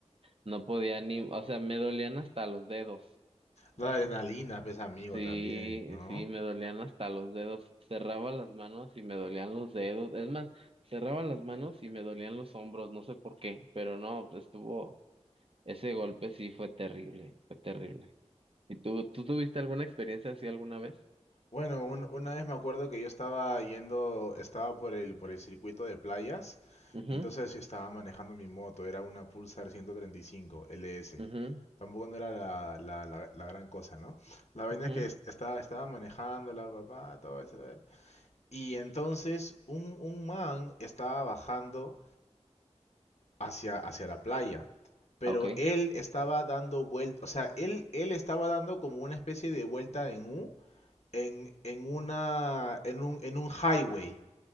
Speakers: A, on the right; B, on the left.
A: no podía ni, o sea, me dolían hasta los dedos.
B: La adrenalina, pesa amigo,
A: Sí,
B: también, ¿no?
A: sí, me dolían hasta los dedos. Cerraba las manos y me dolían los dedos. Es más, cerraba las manos y me dolían los hombros, no sé por qué, pero no, pues, estuvo, ese golpe sí fue terrible, fue terrible. ¿Y tú, tú tuviste alguna experiencia así alguna vez?
B: Bueno, un- una vez me acuerdo que yo estaba yendo, estaba por el, por el circuito de playas,
A: Mhm,
B: y entonces yo estaba manejando mi moto, era una Pulsar 135 LS.
A: mhm,
B: Tampoco no era la, la, la- la gran cosa, ¿no? La vaina
A: mhm.
B: es que es- estaba, estaba manejando la papá, todo eso. ¿eh? Y entonces un, un man estaba bajando hacia, hacia la playa, pero
A: Okay.
B: él estaba dando vuelta, o sea, él, él estaba dando como una especie de vuelta en U en, en, una, en, un, en un highway